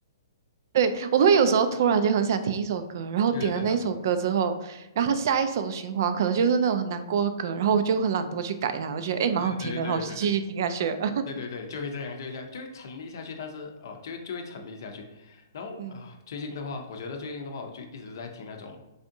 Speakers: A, on the right (about 55°); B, on the left (about 65°).
A: 对，我会有时候突然间很想听一首歌，然后点了那首歌之后，
B: 对对对，当然，
A: 然后它下一首循环可能就是那种很难过的歌，然后我就很懒惰去改它，我觉得诶蛮好听的，
B: 对对对对对
A: 然后我就继续听下去了。<laughs>
B: 对对对，就会这样，就会这样，就会沉溺下去。但是哦，就就会沉溺下去。然后啊，
A: 嗯，
B: 最近的话，我觉得最近的话，我就一直在听那种，